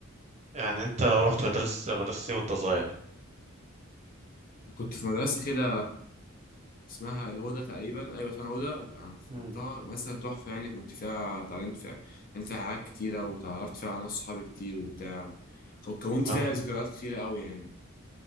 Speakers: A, on the right; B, on the left.
A: يعني انت رحت مدرسة مدرسة إيه وانت صغير
B: كنت في مدرسه كده اسمها الهدى تقريبا ايوه اسمها الهدى أنا افتكرتها
A: مم.
B: مدرسه تحفه يعني كنت فيها اتعلمت فيها اتعلمت فيها حاجات كتيره وتعرفت فيها على ناس صحابي كتير وبتاع كونت
A: اه
B: فيها ذكريات كتيره قوي يعني